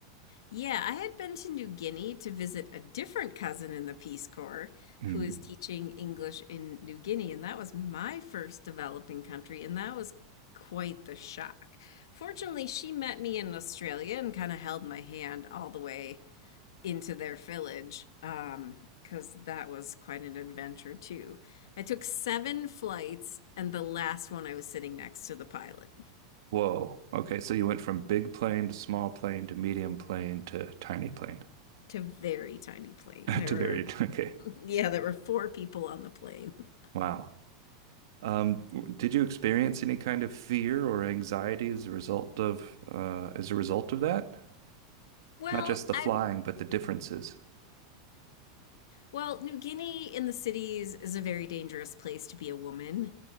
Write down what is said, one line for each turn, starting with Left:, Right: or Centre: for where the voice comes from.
Left: Yeah, I had been to New Guinea to visit a different cousin in the Peace Corps
Right: Mm-hmm.
Left: who is teaching English in New Guinea, and that was my first developing country, and that was quite the shock. Fortunately, she met me in Australia and kind of held my hand all the way into their village, um, because that was quite an adventure too. I took seven flights, and the last one I was sitting next to the pilot.
Right: Whoa. Okay, so you went from big plane to small plane to medium plane to tiny plane
Left: It's a very tiny plane.
Right: <laughs>
Left: There
Right: to
Left: were,
Right: very okay.
Left: <laughs> yeah, there were four people on the plane.
Right: Wow. Um, w- did you experience any kind of fear or anxiety as a result of uh, as a result of that?
Left: Well,
Right: Not just the
Left: I
Right: flying, but the differences.
Left: well, New Guinea in the cities is a very dangerous place to be a woman